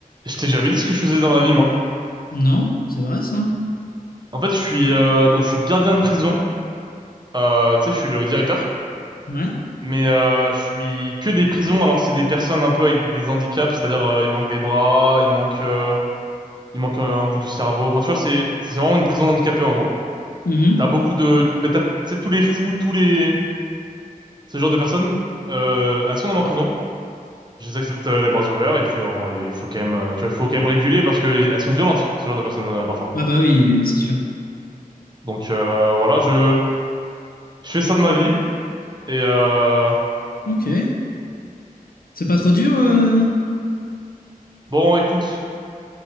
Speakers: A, on the right; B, on the left.
A: Je t'ai jamais dit ce que je faisais dans la vie, moi.
B: Non, c'est vrai ça.
A: En fait, je suis euh, donc je suis gardien de prison. Euh, tu sais, je suis le directeur,
B: Ouais.
A: mais euh, je suis que des prisons. Alors c'est des personnes un peu avec des handicaps, c'est-à-dire euh, il manque des bras, il manque euh, il manque euh, un bout du cerveau. Enfin, tu vois, c'est c'est vraiment une prison d'handicapés en gros.
B: Mhm.
A: T'as beaucoup de, ben, t'as, tu sais, tous les fous, tous les ce genre de personnes, euh, elles sont dans ma prison. Je les accepte euh, les bras ouverts et puis on- il faut quand même, euh, tu vois, il faut quand même réguler parce que elles sont violentes, ce genre de personnes euh, parfois.
B: Ah bah oui, c'est sûr.
A: Donc euh, voilà, je je fais ça de ma vie. Et euh,
B: Ok. C'est pas trop dur euh
A: bon, écoute,